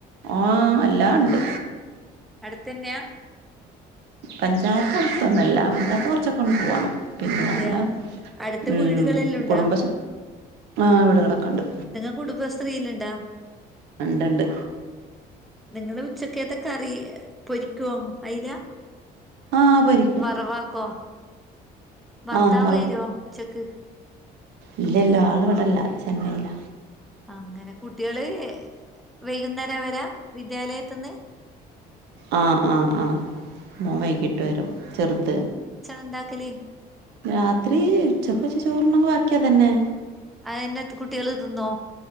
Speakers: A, on the right; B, in the centre.
A: ആഹ് എല്ലാ ഇണ്ട്.
B: അടുത്തന്നെയാ
A: പഞ്ചായത്ത് അടുത്തൊന്നല്ല പഞ്ചായത്ത് കുറച്ചൊക്കെവിടന്ന് പോവണം. പിന്നെ
B: അതെയാ
A: ഞങ്ങളെ
B: അടുത്ത
A: ഉം
B: വീടുകളെല്ലാം
A: <unintelligible>
B: ഉണ്ടാ
A: വീടുകളൊക്കെണ്ട്.
B: നിങ്ങ കുടുംബശ്രീലിണ്ടോ.
A: ഇണ്ട്ണ്ട്
B: നിങ്ങള് ഉച്ചക്കത്തക്കറി പൊരിക്കോ അയില.
A: ആഹ് പൊരിക്കു.
B: വറവാക്കോ. ഭർത്താവ്
A: ആഹ്
B: വരുവോ ഉച്ചക്ക്
A: ഇല്ലില്ല ആള് ഇവിടല്ല ചെന്നൈയില
B: അങ്ങനെ കുട്ട്യള് വൈകുന്നേര വരാ വിദ്യാലത്തിന്ന്.
A: ആഹ് ആഹ് ആഹ് മോൻ വൈകീട്ട് വരും ചെറുത്.
B: എന്താക്കല്.
A: രാത്രി ഉച്ചക്കത്തെ ചോർ ണ്ടെങ്കില് ബാക്കിയതന്നെ.
B: അയന്നെ കുട്ട്യള് തിന്നോ.